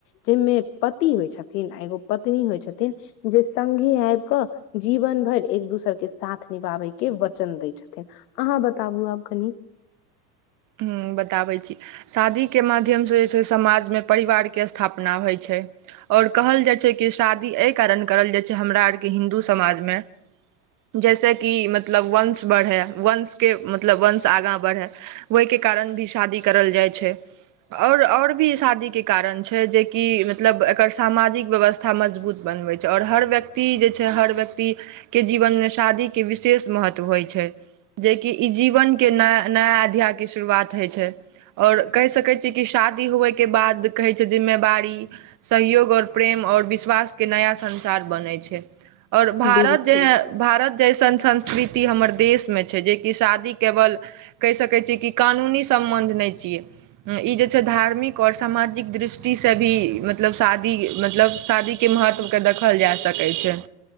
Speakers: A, on the left; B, on the right.
A: जाहिमे पति होइ छथिन आ एगो पत्नी होइ छथिन जे संघे आबि कऽ। जीवन भरि एक दोसर के साथ निभाबैके वचन दै छथिन। अहाँ बताबू आब कनी।
B: हूं बताबै छी। शादीके माध्यमसँ जे छै समाजमे परिवारके स्थापना होइ छै। आओर कहल जाइ छै कि शादी एहि कारण करल जाइ छै हमरा ओरके हिन्दू समाजमे। जैस की मतलब वंश बढ़ै वंशके मतलब वंश आगाँ बढ़ै। ओहिके कारण भी शादी करल जाइ छै। ओर और भी शादी के कारण छै जेकि मतलब एकर सामाजिक व्यवस्था। कथा मजबूत बनबै छै आओर हर व्यक्ति जे छै हर व्यक्ति। के जीवनमे शादीके विशेष महत्व होइ छै। जेकी ई जीवनके नया नया अध्यायके शुरुआत होइ छै। आओर कहि सकैत छियै कि शादी होबयके बाद कहै छै जिम्मेवारी। सहयोग आओर प्रेम आओर विश्वासके नया संसार बन। बनै छै आओर भारत
A: बिलकुल
B: जे भारत जैसन संस्कृति हमर देश मे छै जे। कि शादी केवल कहि सकै छियै की। कानूनी सम्बन्ध नहि छियै ई जे छै धार्मिक आऔर सामाजिक दृष्टि। छुटीसँ भी मतलब शादी मतलब शादीके महत्वके देखल जा सकै छै।